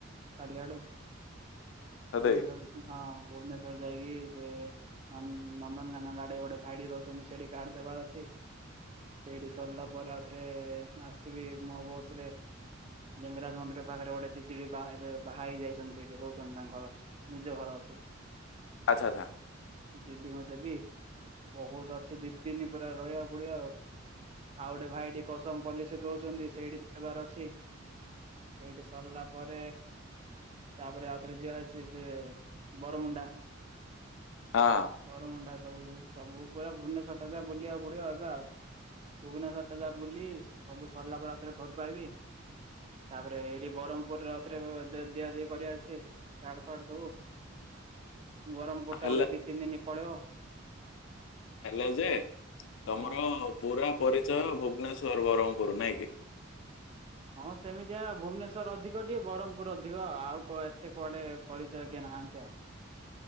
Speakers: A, on the right; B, on the left.
A: କାଲି ଆଡକୁ
B: ସଦେଇ
A: ଭୁବନେଶ୍ୱର। ହଁ ଭୁବନେଶ୍ୱର ଯାଇକି ସେ ନନ୍ଦ୍ ନନ୍ଦନକାନନ ଆଡେ ଗୋଟେ ଭାଇଟେ ରହୁ ଚନ୍ତି ସେଠି କାର୍ଡ ଦେବାର ଅଛି। ସେଇଠି ସରିଲା ପରେ ଆଉଥରେ ଆସିବି ମୋ ବସ୍ ରେ ଲିଙ୍ଗରାଜ ମନ୍ଦିର ପାଖରେ ଗୋଟେ ଦିଦି ବି ବାହା ହେବେ ବାହା ହେଇ ଯାଇଚନ୍ତି ସେଇଠି ରହୁଚନ୍ତି ତାଙ୍କଘର ନିଜ ଘର ଅଛି।
B: ଆଚ୍ଛା-ଆଚ୍ଛା।
A: ଦିଦିଙ୍କୁ ଦେବି ବହୁତ୍ ଅଛି ଦିଦିନି ପୁରା ରହିବାକୁ ପଡିବ ଆଉ। ଆଉ ଗୋଟେ ଭାଇଟି କସମ୍ ପଲିସିରେ ଦଉଚନ୍ତି ସେଇଠି ଦେବାର ଅଛି। ଏଇଠି ସରିଲା ପରେ ତାପରେ ଆଉଥରେ ଯିଏ ଆସିଚି ସେ ବରମୁଣ୍ଡା।
B: ହଁ।
A: ବରମୁଣ୍ଡା ସବୁ-ସବୁ ପୁରା ଭୁବନେଶ୍ୱଵର ଟା ଯା ବୁଲିବାକୁ ପଡିବ ଏଵେ ଆଉ। ଭୁବନେଶ୍ୱର ଟା ଯା ବୁଲି ସବୁ ସରିଲା ପରେ ଆଉଥରେ ଘରକୁ ଆଇିବି ତାପରେ ଏଇଠି ବ୍ରହ୍ମପୁରରେ ଆଉଥରେ ଦିଆ ଦି କରିବାର ଅଛି। କାର୍ଡ ଫାର୍ଡ ସବୁ ବର୍ହ୍ମପୁର୍
B: ହେଲେ
A: ଟା ଗୋଟେ ଦି ତିନି ଦିନ ପଳେଇବ।
B: ହେଲା ଯେ ତମର
A: ହଁ
B: ପୁରା ପରିଚୟ ଭୁବନେଶ୍ଵର ବରମପୁର ନାଇଁ କି।
A: ହଁ ସେମିତିଆ ଭୁବନେଶ୍ୱର ଅଧିକ ଟିକଏ ବ୍ରହ୍ମପୁର ଅିକ ଆଉ ଏତେ କୁଆଡ଼େ ପରିଚୟ କିଏ ନାହାନ୍ତି
B: <inaudible>
A: ଆଉ।